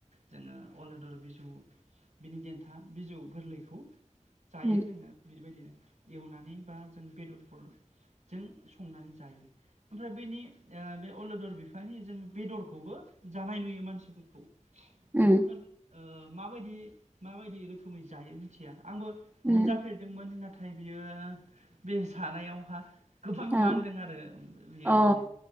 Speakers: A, on the right; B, on the right.
A: जोङो अल'दर बिजौ बिनि देन्था बिजौ गोरलैखौ जायो
B: उम
A: जोङो बेबायदि बिदिनो एवनानै बा जों बेदरफोर जों संनानै जायो ओमफ्राय बेैनि ओ बे अलदर बिफानि जों बेदरखौबो जानाय नुयो मानसिफोरखौ
B: उम
A: नाथाय ओ माबायदि माबायदि रोखोमै जायो मिथिया आंबो
B: उम
A: मोनजाफेरदोंमोन ना- थाय बियो बे जानायावहा गोबां
B: औ
A: मानदों आरो बेयो
B: औ
A: माने